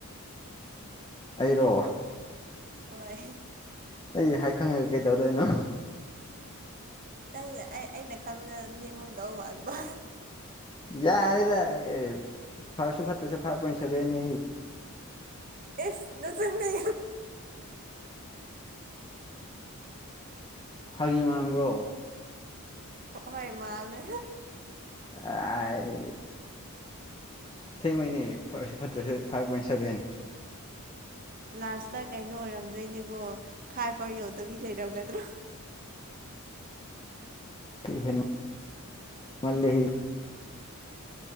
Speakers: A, on the left; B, on the right.
A: ꯑꯩꯔꯣ
B: ꯍꯣꯏ
A: ꯑꯩ ꯍꯥꯏ ꯈꯪꯉꯒ ꯀꯩꯗꯧꯗꯣꯏꯅꯣ
B: ꯅꯪꯁ ꯑꯩ ꯑꯩꯅ ꯈꯟꯕꯗ ꯅꯦꯝꯃꯣꯝꯗꯧ ꯃꯥꯟꯕ
A: ꯌꯥꯔꯦꯗ ꯑꯦ ꯐꯔꯁꯨ ꯐꯠꯇ꯭ꯔꯁꯨ ꯐ ꯄ ꯁꯕꯅꯦ
B: ꯑꯦꯁ ꯅ ꯁꯤꯅꯤ
A: ꯐꯥꯒꯤ ꯃꯥꯡꯕ꯭ꯔꯣ
B: ꯍꯣꯏ ꯃꯥꯂ
A: ꯑꯌꯦ ꯁꯦꯡꯕꯩꯅꯦ ꯐꯔꯁꯨ ꯐꯠꯇ꯭ꯔꯁꯨ ꯐꯥꯏꯚ ꯄꯣꯏꯟ ꯁꯚꯦꯟ
B: ꯂꯥꯁꯇ ꯀꯩꯅꯣ ꯑꯣꯏꯔꯝꯗꯣꯏꯅꯦꯀꯣ ꯐꯥꯏꯚ ꯑꯥꯔ ꯌꯧꯗꯕꯤ ꯂꯩꯔꯝꯒꯗ꯭ꯔꯣ
A: ꯍ ꯃꯜꯦ